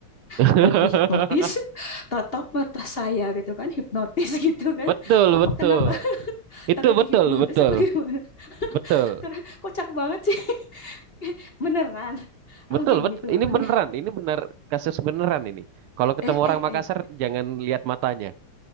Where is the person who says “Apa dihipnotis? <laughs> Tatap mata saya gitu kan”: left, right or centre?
Left